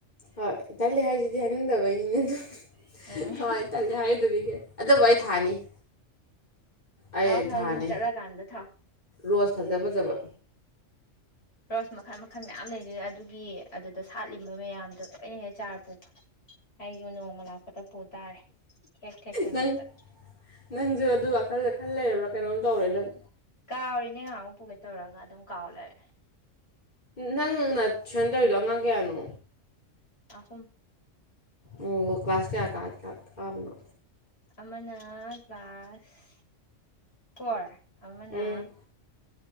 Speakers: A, on the left; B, on the left.
A: ꯍꯣꯏ ꯇꯜꯂꯦ ꯍꯥꯏꯁꯤꯗꯤ ꯍꯥꯏꯅꯤꯡꯗꯕꯩꯅꯤꯅꯦ ꯑꯗꯨ
B: ꯎꯝ
A: ꯀꯃꯥꯏꯅ ꯇꯜꯂꯦ ꯍꯥꯏꯗꯨꯔꯤꯒꯦ ꯑꯗꯨꯕꯨ ꯑꯩ ꯊꯥꯅꯤ ꯑꯩ
B: ꯊꯥꯎ ꯊꯥꯎ
A: ꯊꯥꯅꯤ
B: ꯌꯨꯝ ꯆꯠꯂꯀꯥꯟꯗ ꯊꯥꯎ
A: ꯔꯣꯁ ꯐꯖ ꯐꯖꯕ
B: ꯔꯣꯁ ꯃꯈꯜ ꯃꯈꯜ ꯃꯌꯥꯝ ꯂꯩꯗꯨꯅ ꯑꯗꯨꯒꯤ ꯑꯗꯨꯗ ꯁꯥꯠꯂꯤꯕ ꯃꯌꯥꯝꯗꯣ ꯂꯣꯏꯅ ꯍꯦꯛ ꯆꯥꯔ ꯄꯨ ꯑꯩꯁꯨ ꯅꯣꯡꯃ ꯂꯥꯛꯄꯗ ꯄꯨ ꯇꯥꯔꯦ ꯊꯦꯛ ꯊꯦꯛꯇꯅ
A: ꯅꯪ
B: ꯑꯝꯇ
A: ꯅꯪꯁꯨ ꯑꯗꯨꯒ ꯋꯥꯈꯜꯗ ꯈꯜ ꯂꯩꯔꯕ꯭ꯔꯥ ꯀꯩꯅꯣꯝ ꯇꯧꯔꯦ ꯅꯪ
B: ꯀꯥꯎꯔꯤꯅꯦ ꯉꯥꯏꯍꯥꯛ ꯑꯃꯨꯛ ꯄꯨꯒꯦ ꯇꯧꯔꯒ ꯑꯗꯨꯝ ꯀꯥꯎ ꯂꯩꯔꯦ
A: ꯅꯪ ꯅꯪꯅ ꯇꯨꯏꯁꯟ ꯇꯧꯔꯤꯗꯣ ꯑꯉꯥꯡ ꯀꯌꯥꯅꯣ
B: ꯑꯍꯨꯝ
A: ꯑꯣ ꯀ꯭ꯂꯥꯁ ꯀꯌꯥ ꯀ ꯀꯥꯕꯅꯣ
B: ꯑꯃꯅ ꯀ꯭ꯂꯥꯁ ꯐꯣꯔ ꯑꯃꯅ
A: ꯎꯝ